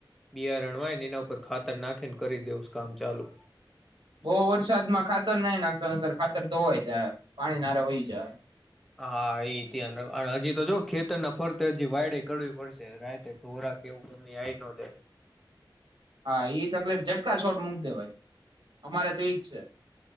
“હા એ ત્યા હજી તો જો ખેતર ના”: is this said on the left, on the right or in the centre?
Centre